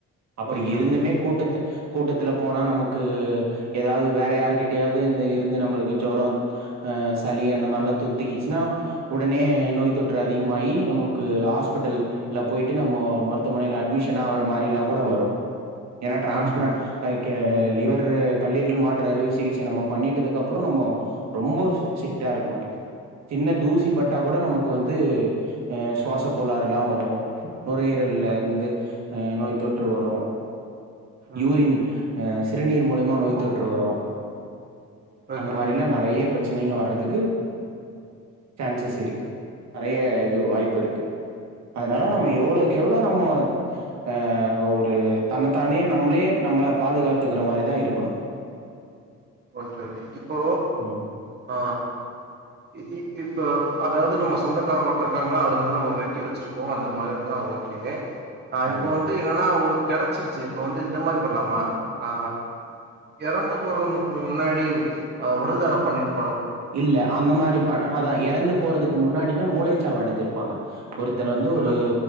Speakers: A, on the right; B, on the right.
A: அப்டி
B: ஓகே
A: இருந்துமே
B: ஓகே
A: கூட்டத்த கூட்டத்துல போனா நமுக்கு ஏதாவது வேற யாருகிட்டயாவ்து இருந்து நம்மளுக்கு ஜொரொ அ சளி அந்த மாரில்லா தொத்திகிச்ன்னா உடனே நோய் தொற்று அதிகமாயி நமக்கு ஹாஸ்பிடல் ல்ல போய்ட்டு நம்மோ மருத்துமனைல அட்மிஷனாகற மாரிலா கூட வரு. ஏனா டிரான்ஸ்ப்ளான்
B: ம்
A: அ கெ லிவர்ரு கல்லீரல் மாற்று அறுவை சிகிச்ச நம்ம பண்ணீட்டிதுக்குப்புறோ நம்மோ ரொம்போ ஸ்ரிக்டா இருக்கணு சின்ன தூச் இ பட்டா கூட நமக்கு வந்து அ சுவாச கோளாறெல்லா வரு. நுரையீரல்ல இர்ந்து அ நோய்த்தொற்று வரு
B: ம்
A: யூரின் அ சிறுநீர் மூலியமா நோய் தொற்று வரு
B: ஓகே
A: அந்த மாரில்லா
B: ஓகே
A: நெறைய பிரச்சனைங்க வர்றதுக்கு சான்சஸ் இருக்கு நெறைய இது வாய்ப்பிருக்கு அதனால
B: ம்
A: நம்ம எவ்ளோ க்கு எவ்ளோ நம்மோ அ ஒரு தன்னத்தானே நம்ளே நம்ள பாதுகாத்துக்கிற மாரிதா இருக்கணு
B: ஓகே ஓகே இப்போ
A: ம்
B: ஆ இ இ இப்ப அதாவது நம்ம சொந்தக்காரங்க ஒருத்தருக்காங்க அதுலிருந்து நம்ம வெட்டி வெச்சிருக்கோ அந்த மாரி தா ஓக் கே அ
A: ஆமா
B: இப்போ வந்து என்னானா ஒரு கெடச்சிருச்சு இப்ப வந்து இந்த மாரி பண்லாமா ஆ எறந்து போறன்னு முன்னாடி அ உடல் தானம் பண்ணீட்டு
A: இல்ல அந்த மாரி ப அதா எறந்து போறதுக்கு முன்னாடி இல்ல மூளைச்சாவு அடஞ்சிருப்பாங்க. ஒருத்தர் வந்து ஒரூ
B: ஆ